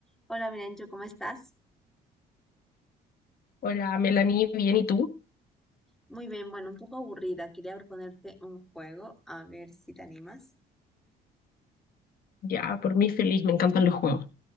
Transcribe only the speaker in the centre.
Hola, Mirancho, ¿cómo estás?
Muy bien, bueno, un poco aburrida. Quería proponerte un juego, a ver si te animas.